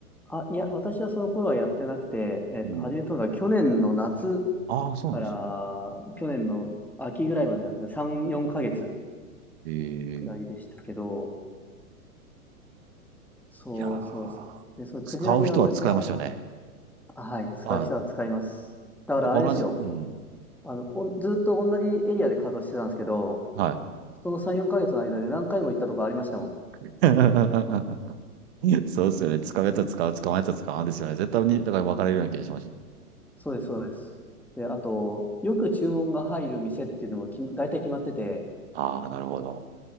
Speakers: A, in the centre; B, on the right.
A: あ、いや、私はその頃はやってなくて、えっと、
B: うん。
A: 始めたのが去年の夏
B: ああ、そうなんですね。
A: から、去年の秋ぐらいまでだった3、4ヶ月。
B: ええ
A: くらいでしたけど、そうそうそう。
B: いやー、
A: で、そのクジラに私は、
B: 使う人は使いますよね。
A: あはい、使う人は使います。
B: はい。
A: だからあれですよ。
B: やっぱ同じ、うん。
A: あの、おずっと同じエリアで稼働してたんですけど、
B: はい。
A: その3、4ヶ月の間で何回も行ったとこありましたもん。
B: <laughs> <laughs> そうですよね。使うやつは使う、使わないやつは使わんですよね。絶対に、だから分かれるような気がしました。
A: そうです、そうです。で、あと、よく注文が入る店っていうのもき、大体決まってて、
B: ああ、なるほど。